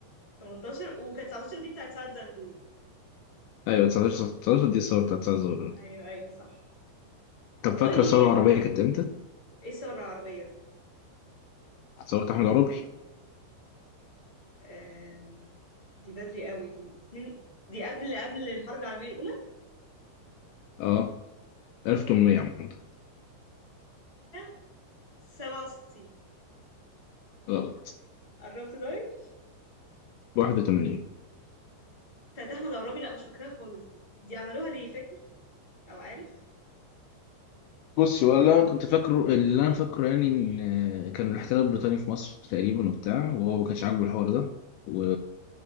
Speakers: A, on the left; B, on the left.
A: 18 وكانت 19 دي بتاعت سعد زغلول
B: أيوه 19 19 دي الثورة بتاعت 9 الظهر
A: ايوه ايوه صح
B: طب
A: طيب
B: فاكرة الثورة العربية كانت إمتى؟
A: ايه الثورة العربية دي
B: ثورة أحمد عرابي؟
A: آه، دي بدري قوي دي اتنين- دي قبل قبل الحرب العالمية الأولى
B: أه 1800 عامة
A: 1867
B: غلط
A: قربت ده
B: 81
A: بتاعت احمد عرابي لا مش فاكراها خالص دي دي عملوها ليه فاكر او عارف
B: بص والله انا كنت فاكره اللي انا فاكره يعني ان كان الاحتلال البريطاني في مصر تقريبا وبتاع وهو ما كانش عاجبه الحوار ده و